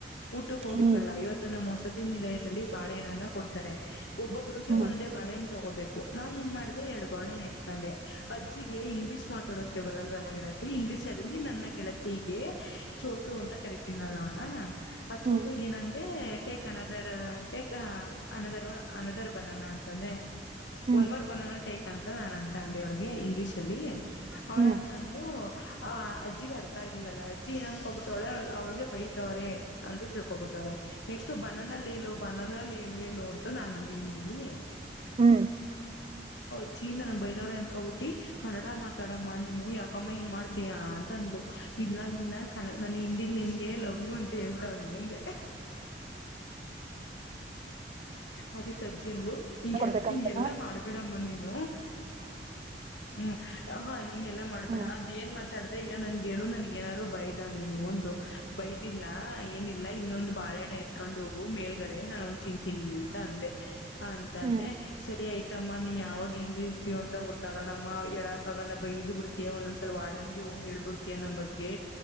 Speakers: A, on the left; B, on the right.
A: ಊಟಕ್ಕೆ ಹೋಗಿದ್ವಲ್ಲ
B: ಹ್ಮ್
A: ಇವತ್ತು ನಮ್ಮ್ ಹೊಸತಿನಿಲ ಬರಿ ಬಾಳೆಹಣ್ಣನ್ನ ಕೊಡ್ತಾರೆ. ಒಬ್ಬೊಬ್ರಗೆ
B: ಹ್ಮ್
A: ಒಂದೇ ಬಾಳೆ ತಗೋಬೇಕು ನಾನ್ ಎನ್ ಮಾಡ ಎರಡ್ ಬಾಳೆಣ್ಣು ಎತ್ಕೊಂಡೆ ಅಜ್ಜಿಗೆ ಇಂಗ್ಲಿಷ್ ಮಾತಾಡೋಕ ಬರಲ್ವಲ್ಲ ಗೆಳತಿ ಇಂಗ್ಲೀಷ್ ಅಲ್ಲಿ ನನ್ನ ಗೆಳತಿಗೆ ಚೋಟು ಅಂತ ಕರಿತೀನಲ್ಣ್ಣ. ಆ ಚೋಟುಗ
B: ಹ್ಮ್
A: ಏನಂದೆ. Take another take another another banana ಅಂತಂದೆ.
B: ಹ್ಮ್
A: ಒನ್ ಮೋರ್ ಬನಾನ. ಬೇಕಂತ ನಾನ್ ಅಂತ ಅಂದೆೊಳಗೆ ಇಂಗ್ಲೀಷ್ ಅಲ್ಲಿ. ಅವಳಂತ
B: ಹ್ಮ್
A: ಅಂದುಲ ಆ. ಜ್ಜಿಗೆ ಅರ್ಥಗಿಲ್ಲಲ್ಲ ಅಜ್ಜಿ ಏನ್ನ್ಕೋಬಿಟ್ಟವಳೆ ಅವಳಿಗೆ ಬೈತವ್ರ ಅ <unintelligible> <unintelligible> ಬನನ ಲೇಲೋ ಬನಲ್ಲಲ್ಲಿೇಲೋ ಅಂತ ನಾನು ಅಂದೆ ಹಿಂದೀಲಿ.
B: ಹ್ಮ್
A: ಚ್ಚಿ ನನ್ಗ್ ಬೈದವ್ರ ಅನ್ಕಬಟ್ಟಿ ಕನ್ನಡ ಮಾತಾಡಮ್ಮ ನೀನು ಯಾಕಮ್ಮ ಹಿಂಗ ಮಾಡ್ತಯ ಅಂತಂದಲು ಇಲ್ಲ ನಿನ್ನ ಕ ನನ್ ಹಿಂದಿಲ್ ನಿನ್ಗೆ ಲವ್ ಯು ಅಂತ ಹೇಳ್ತಾವನಿ ಅಂದೆ. ಅದಿಕ್ ಅಜ್ಜಿ ಅಂದ್ಲು ಹಿಂಗೆ
B: ಕೊಡ್ಬೇಕಂತನಾ
A: ಹಿಂಗೆಲ್ಲಾ ಮಾಡ್ಬಿಡಮ್ಮ ನೀನ್. ಹ್ಮ ಹ ಹಿಂಗೆಲ್ಲಾ ಮಾಡ್ಬೇಡ
B: ಹ್ಮ್
A: ಅದ ಏನ್ ಮಾತಾಡ್ದ ಈಗ ನನ್ಗೆ ಹೇಳು ನನ್ಗ ಏನಾದಾರರು ಬೈದ ನೀನು ಅಂದ್ಲು. ಬೈದಿಲ್ಲ ಏನಿಲ್ಲ ಇನ್ನೊಂದು ಬಾಳೆಹಣ್ಣ ಎತ್ಕೊಂಡ್ ಹೋಗು ಮೇಲ್ಗಡೆ ನಾನ್ ತಿಂತ ತಿನ್ಲಿ ಅಂತ ಅಂದೆ. ಹ ಅಂತ
B: ಹ್ಮ್
A: ಅಂದೆ ಸರಿ ಆಯ್ತು. ಮ್ಮ ನೀವ್ ಯಾವಾಗ ಹೆಂಗ ಇರ್ತೀವ ಅಂತ ಗೊತ್ತಾಗಲ್ಲ ಅಮ್ಮ ಹೇಳಕ ಆಗಲ್ಲ ಬೈದ್ ಬಿಡ್ತಿಯ ಒಂದೊಂದ್ಸಲ ವಾರಡನ್ಗಿ ಹೋಗಿ ಹೇಳ್ಬಿಡ್ತಿಯಾ ನಮ್ ಬಗ್ಗೆ.